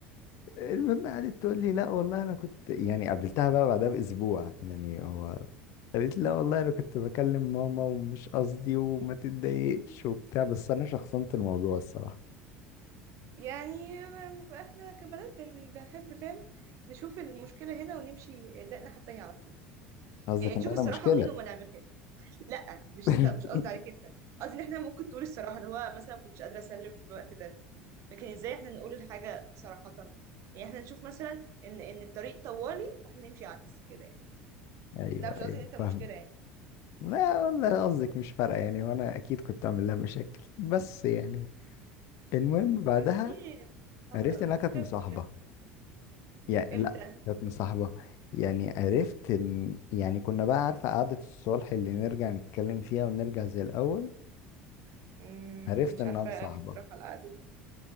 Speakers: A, on the left (about 55°); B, on the right (about 55°).
A: المهم قعدت تقول لي لا والله انا كنت يعني قابلتها بقى بعدها باسبوع يعني هو قالت لي لا والله انا كنت بكلم ماما ومش قصدي وما تتضايقش وبتاع بس انا شخصنت الموضوع الصراحه
B: يعني م- احنا كبنات بن- بنحب فاهم نشوف المشكلة هنا ونمشي ده الناحية التانية على طول
A: قصدك
B: يعني نشوف
A: ان انا
B: الصراحة
A: مشكله
B: منين وما نعملهاش لا مش
A: <laughs>
B: انت مش قصدي عليك انت قصدي ان احنا ممكن تقول الصراحة اللي هو مثلا ما كنتش قادرة اسلم في الوقت ده لكن ازاي احنا نقول الحاجة صراحة يعني احنا نشوف مثلا ان ان الطريق طوالي فاحنا نمشي عكس كده يعني
A: ايوه
B: لا مش قصدي
A: ايوه
B: ان انت مشكلة
A: فاهم
B: يعني
A: لا والله قصدك مش فارقه يعني وانا اكيد كنت اعمل لها مشاكل بس يعني المهم بعدها
B: بس دي ذكرى صعبة
A: عرفت
B: قوي
A: انها كانت
B: كمل
A: مصاحبه
B: يا ابني.
A: يعني
B: امتى
A: لا كانت مصاحبة يعني عرفت إن يعني كنا بقى عارفة قعدة الصلح اللي نرجع نتكلم فيها ونرجع زي الأول
B: مم،
A: عرفت
B: مش
A: إنها
B: عارفة
A: مصاحبة
B: قوي الصراحة القعدة دي.